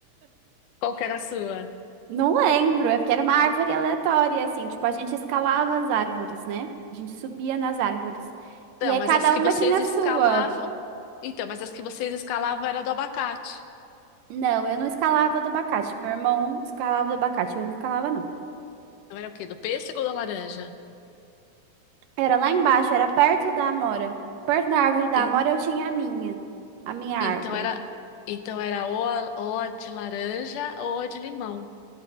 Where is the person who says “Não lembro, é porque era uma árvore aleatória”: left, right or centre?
Right